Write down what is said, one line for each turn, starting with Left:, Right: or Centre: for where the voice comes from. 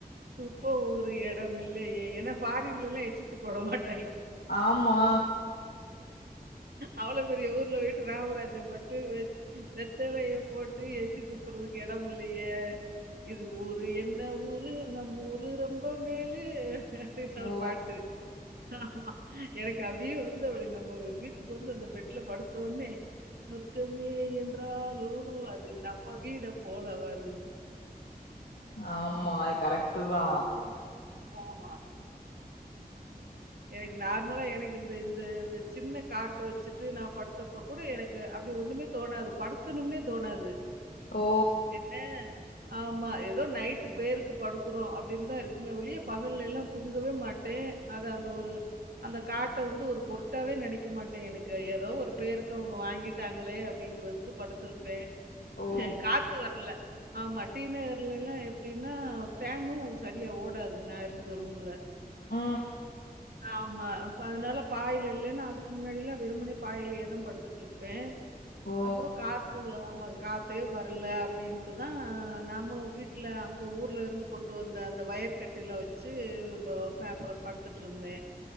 Right: துப்ப ஒரு எடம் இல்லையே ஏன்னா ஃபாரின்ல எல்லா எச்சித்துப்ப விட மாட்
Left: ஆமா
Right: அவ்ளோ பெரிய ஊர்ல போய்ட்டு ராமராஜன் மட்டு வெச் வெத்தலைய போட்டு எச்சி துப்புறதுக்கு எட இல்லையே இது ஊரு என்ன ஊரு நம் ஊரு ரொம்ப மேலு அப்டினு ஒரு
Left: ஓ
Right: பாட்டு ஆமா எனக்கு அப்டியே வந்து அப்டி நம்ம வீட்டுக்கு வந்து அந்த பெட்ல படுத்தொட்னே சொர்க மே என்றாலு போ அது நம் ம்ம வீட போலவர்
Left: ஆமா அது கரெக்டு தா
Right: ம். ஆமா. எனக்கு நார்மலா எனக்கு இந்த இந்த சின்ன காட்டு வச்சுட்டு நா படுத்தப்போ கூட எனக்கு அப்டி ஒண்ணுமே தோணாது படுக்கணுமே தோணாது
Left: ஓ
Right: என்ன ஆமா ஏதோ நைட்டு பேருக்கு படுக்கறோ அப்டின்னு தா இருக்குமே வொழியே பகல்ல எல்லா தூங்கவே மாட்டே அது அந்த ஒரு அந்த காட்ட வந்து ஒரு பொருட்டாவே நெனைக்க மாட்டே எனக்கு ஏதோ ஒரு பேருக்கு அவங்க வாங்கிட்டாங்களே அப்படிங்கறதுக்கு படுத்திருப்பே
Left: ஓ
Right: காத்து வர்ல ஆமா டீநகர்லல்லா எப்டின்னா ஃபேனும் சரியா ஓடாது நா இருந்த ரூம்ல
Left: ஆ
Right: ஆமா அப்ப அதனால பாயில இல்லேன்னா அதுக்கு முன்னாடியில்லா வெரும்பனே பாயிலேயே தா படுத்துட் ருப்பே
Left: ஓ
Right: அப்புறோ காத்து ஆமா <unintelligible> காத்தே வர்ல அப்டின்ட்டு தா நம்ம வீட்ல அங்கே ஊர்ல இருந்து கொண்டு வந்த அந்த வயர் கட்டில வச்சு ப பாப் படுத்துட் ருந்தே